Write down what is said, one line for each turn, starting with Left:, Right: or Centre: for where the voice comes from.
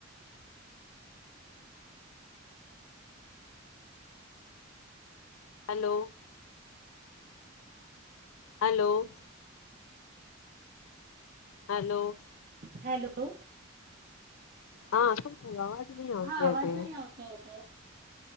Left: Hello. Hello. Hello.
Right: Hello.
Left: હા. થયું અવાજ નહી આવતી
Right: હા, અવાજ
Left: હતી
Right: નહી આવતો હતો.